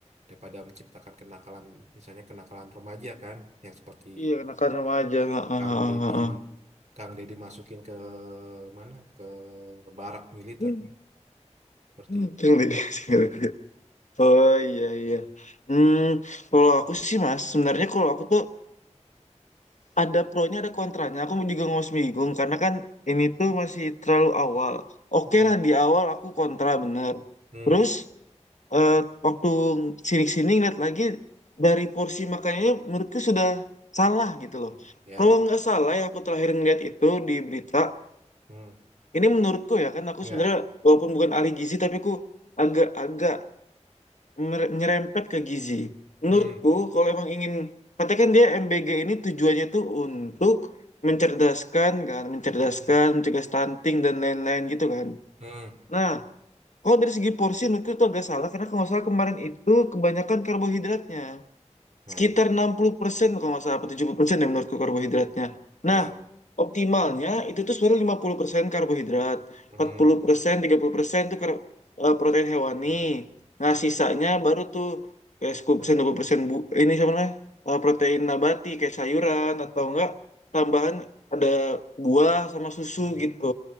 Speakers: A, on the right; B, on the left.
A: daripada menciptakan kenakalan misalnya kenakalan remaja kan yang seperti
B: Iya, anak-anak remaja. Ah, ah,
A: Kang Deddy
B: ah, ah.
A: Kang Deddy masukin ke mana ke barak militer
B: Hmm,
A: kan seperti
B: hmm, pegang duit. <laughs> Oh iya iya. Hmm, kalau aku sih mas, sebenarnya kalau aku tuh ada pronya ada kontranya aku juga masih bingung karena kan ini tuh masih terlalu awal oke
A: itu.
B: lah di awal aku kontra bener
A: Hmm,
B: terus eh, waktu sini-sini ngeliat lagi dari porsi makanannya menurutku sudah salah gitu loh
A: ya.
B: kalau nggak salah ya aku terakhir ngeliat itu di berita
A: Hmm,
B: ini menurutku ya kan aku
A: ya.
B: sebenarnya walaupun bukan ahli gizi tapi aku agak-agak mere- nyerempet ke gizi. Menurutku
A: Hmm,
B: kalau emang ingin katakan dia MBG ini tujuannya tuh untuk mencerdaskan kan, mencerdaskan,
A: hmm,
B: mencegah stunting dan lain-lain gitu kan.
A: 음,
B: Nah, kalau dari segi porsi menurutku itu agak salah karena kalau nggak salah kemarin itu kebanyakan karbohidratnya
A: ya.
B: sekitar 60% kalau nggak salah, atau 70% ya menurutku karbohidratnya. Nah,
A: 야,
B: optimalnya itu tuh sebenarnya 50% karbohidrat,
A: 음,
B: 40%, 30% tuh kar- eh, protein hewani.
A: 나 때리는,
B: Nah,
A: 아,
B: sisanya baru tuh kayak sepuluh persen, 20% bu ini sama namanya, eh, protein nabati kayak sayuran atau enggak tambahan ada buah sama susu
A: 음,
B: gitu.